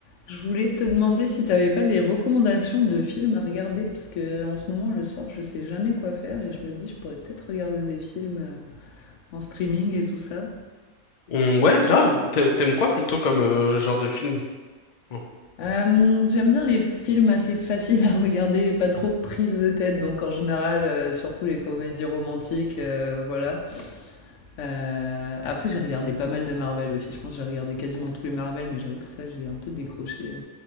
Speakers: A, on the left; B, on the left.
A: Je voulais te demander si t'avais pas des recommandations de films à regarder, parce que en ce moment, le soir, je sais jamais quoi faire et je me dis, je pourrais peut-être regarder des films euh, en streaming et tout ça.
B: Hum, ouais, grave. T'a- T'aimes quoi plutôt comme euh, genre de film? Oh.
A: Euh, j'aime bien les films assez faciles à regarder et pas trop prises de tête, donc en général, euh, surtout les comédies romantiques, euh, voilà. Euh, après, j'ai regardé pas mal de Marvel aussi. Je pense que j'ai regardé quasiment tous les Marvel, mais j'avoue que ça, j'ai un peu décroché